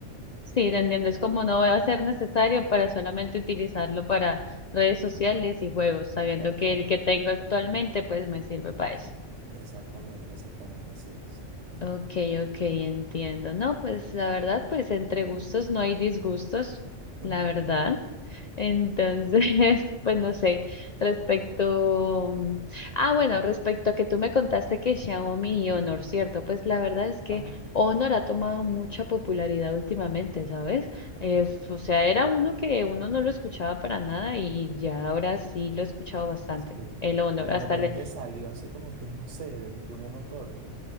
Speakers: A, on the left; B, on the right.
A: Sí, te entiendo. Es como no va a ser necesario para solamente utilizarlo para redes sociales y juegos, sabiendo
B: Tal
A: que
B: cual.
A: el que tengo actualmente pues me sirve para eso.
B: Exactamente, exactamente, así es.
A: Ok, ok, entiendo. No, pues la verdad, pues entre gustos no hay disgustos,
B: <laughs>
A: la verdad. Entonces, <laughs> pues no sé, respecto, ah, bueno, respecto a que tú me contaste que Xiaomi y Honor, ¿cierto? Pues la verdad es que
B: Ajá.
A: Honor ha tomado mucha popularidad últimamente, ¿sabes? Es, o sea, era uno que uno no lo escuchaba para nada y ya ahora sí lo he escuchado bastante.
B: Sí,
A: El Honor,
B: de
A: hasta
B: repente
A: le...
B: salió así como que no sé, de, de un momento a otro.